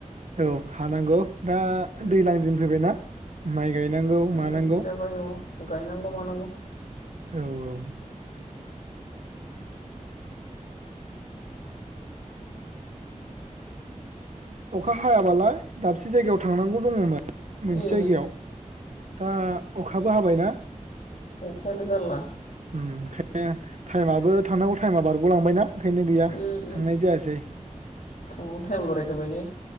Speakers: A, on the right; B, on the left.
A: औ हानांगौ। दा
B: उम
A: दैज्लां दिन फैबायना। माइ गायनांगौ
B: दैज्लां
A: मानांगौ।
B: दिन जाबाय औ गायनांगौ मानांगौ।
A: औ औ। अखा हायाबालाय दाबसे जायगायाव थांनांगौ दङोमोन। मोनसे
B: उम
A: जायगायाव। दा अखाबो हाबायना।
B: अखायानो गारला
A: ओम ओं-खायनो थाइमआबो थांनांगौ थाइमा बारगलांबाय ना ओंखायनो गैया
B: उम उम
A: थांनाय जायासै
B: फुङावनो टाइम लरायखाबाय ने